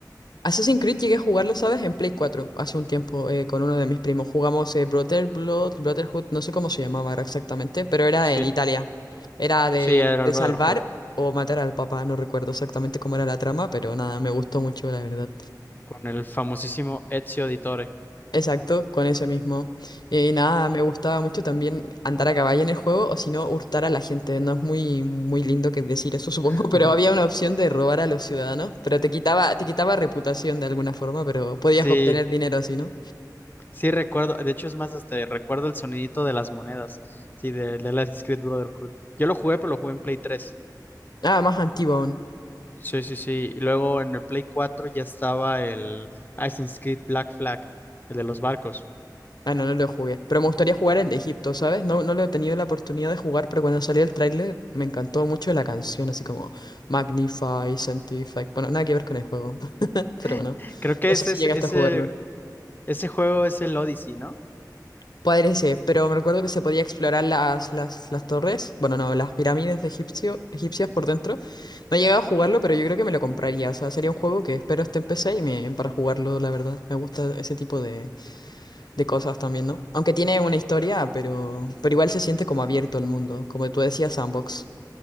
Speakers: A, on the left; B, on the left.
A: Assassin's Creed llegué a jugarlo, ¿sabes? En Play 4 hace un tiempo eh, con uno de mis primos. Jugamos eh, Brother Blood, Brotherhood, no sé cómo se llamaba ahora exactamente, pero era
B: Sí,
A: en Italia. Era de,
B: sí, era
A: de
B: el Brotherhood,
A: salvar o matar al papá, no recuerdo exactamente cómo era la trama, pero nada, me gustó mucho, la verdad.
B: con el famosísimo Ezio Auditore.
A: Exacto, con ese mismo. Y, nada, me gustaba mucho también andar a caballo en el juego o si no, hurtar a la gente. No es muy, muy lindo que decir eso, supongo,
B: <laughs>
A: <laughs> pero había una opción de robar a los ciudadanos, pero te quitaba, te quitaba reputación de alguna forma, pero podías
B: Sí,
A: obtener dinero así, ¿no?
B: Sí, recuerdo, de hecho es más, hasta recuerdo el sonidito de las monedas, sí, de, de Assassin's Creed Brotherhood. Yo lo jugué, pero lo jugué en Play 3.
A: Ah, más antiguo aún.
B: Sí, sí, sí. Y luego en el Play 4 ya estaba el Assassin's Creed Black Flag, el de los barcos.
A: Ah, no, no lo jugué. Pero me gustaría jugar el de Egipto, ¿sabes? No, no lo he tenido la oportunidad de jugar, pero cuando salió el tráiler me encantó mucho la canción, así como Magnify, Sanctify. Bueno, nada que ver con el juego, <laughs> pero
B: <gasps>
A: bueno.
B: Creo que
A: No
B: ese,
A: sé si
B: ese,
A: llegaste
B: ese
A: a jugarlo.
B: ese juego es el Odyssey, ¿no?
A: Parece, pero me recuerdo que se podía explorar las, las, las torres, bueno, no, las pirámides de egipcio, egipcias por dentro. No he llegado a jugarlo, pero yo creo que me lo compraría. O sea, sería un juego que espero esté en PC y me, para jugarlo, la verdad. Me gusta ese tipo de, de cosas también, ¿no? Aunque tiene una historia, pero, pero igual se siente como abierto al mundo, como tú decías, sandbox.